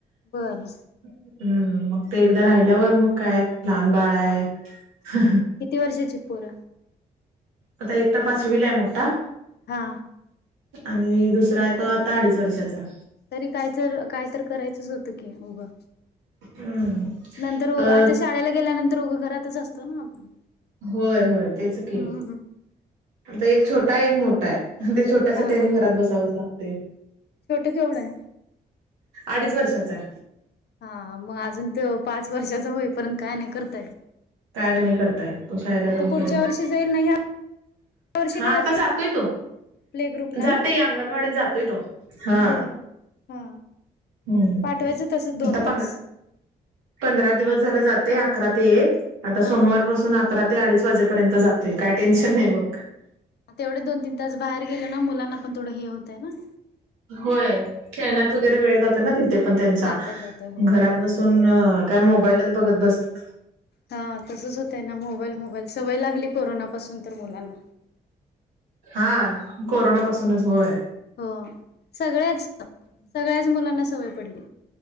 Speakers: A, on the left (about 55°); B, on the right (about 85°).
A: बरं.
B: हम्, मंग ते एकदा राहिल्यावर, मंग काय, लहान बाळ आहे. ह्हणं.
A: किती वर्षाची पोर?
B: आता एकत पाचवीलाय मोठा.
A: हा.
B: आणि दुसरा आहे तो आता अडीच वर्षाचा.
A: तरी काय तर काय तर करायचंच होतं की उगं
B: हम्म
A: नंतर उ
B: तर
A: आता शाळेला गेल्यानंतर उगा घरातच असतो ना आपण.
B: होय, होय तेच की
A: हम्म
B: आता एक छोटा आहे, एक मोठा आहे ते छोट तसं
A: हा
B: त्यांनी
A: हा
B: घरात बसावच लागते.
A: छोटं केवढ आहे?
B: अडीच वर्षाचा.
A: हा मग अजून त्यो पाच वर्षाचा होईपर्यंत काय नाही करताय.
B: काय नाही करता येत तो शाळेला जाईपर्यंत.
A: पुढच्या वर्षी जाईल ना ह्या वर्षी
B: हा
A: काय
B: आता
A: घातलं
B: जातोय तो.
A: प्ले ग्रुपला
B: जातये
A: ना
B: अंगणवाडीत जातोय तो, हा.
A: बरं. हा
B: हम्म
A: पाठवायचं तसच दोन
B: आता
A: तास.
B: पंध पंधरा दिवस झालं जाते अकरा ते एक आता
A: हा
B: सोमवार पासून राते अडीच वाजेपर्यंत जातोय काय टेन्शन नाही मग.
A: तेवढे दोन तीन तास बाहेर गेलो ना मुलांना पण थोडं हे होतंय ना.
B: होय खेळण्यात
A: हा
B: वगैरे वेळ जाते ना तिथे पण त्यांचा
A: जातय जातय हो.
B: घरात बस पण काय मोबाईलच बघत बसत
A: हा तसच होतय ना मोबाईल, मोबाईल सवय लागली कोरोनापासून तर मुलांना.
B: हा कोरोना पासूनच होय.
A: हो सगळ्याच, सगळ्याच मुलांना सवय पडली.